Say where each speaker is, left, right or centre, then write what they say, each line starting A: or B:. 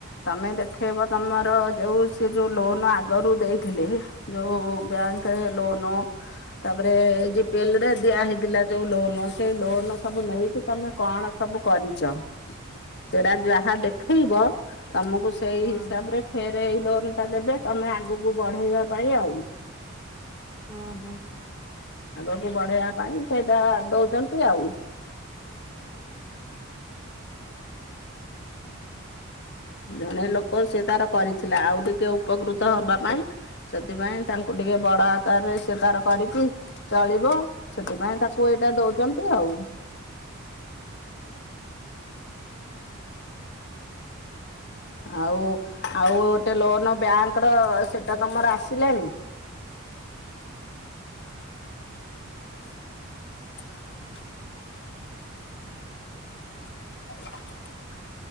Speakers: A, on the left; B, on the right.
A: ତମେ ଦେଖେଇବ ତମର ଯଉ ସେ ଯୋଉ ଲୋନ୍ ଆଗରୁ। ଦେଇଥିଲେ ହେଲା ଯୋଉ ବ୍ୟାଙ୍କ୍। କେ ଲୋନୋ ତାପରେ ଜିପିଏଲରେ ଦିଆ ହେଇଥିଲା ଯୋଉ ଲୋନୋ। ସେଇ ଲୋନ୍ ସବୁ ନେଇକି ତମେ କଣ ସବୁ କରିଛ। ସେଟା ଯାହା ଦେଖେଇବ ତମୁକୁ ସେଇ
B: ହୁଁ
A: ହିସାବରେ ଫେରେ ଏଇ ଲୋନ୍ଟା ଦେବେ ତମେ ଆଗୁକୁ ବଢେଇବା ପାଇଁ ଆଉ।
B: ହଁ ହଁ।
A: ଆଗକୁ ବଢେଇବା ପାଇଁ ସେଇଟା ଦଉଚନ୍ତି ଆଉ। ଜଣେ ଲୋକ ସେ ତାର କରିଥିଲା ଆଉ ଟିକେ ଉପକୃତ ହବା ପାଇଁ। ସେଥିପାଇଁ ତାଙ୍କୁ ଟିକେ ବଡ ଆକାରରେ ସେ ତାର କରିକି। ଚଳିବ ସେଥିପାଇଁ ତାକୁ ଏଇଟା ଦଉଚନ୍ତି ଆଉ। ଆଉ ଆଉ ଗୋଟେ ଲୋନୋ ବ୍ୟାଙ୍କର ସେଟା ତମର ଆସିଲାଣି? <inaudible> <inaudible>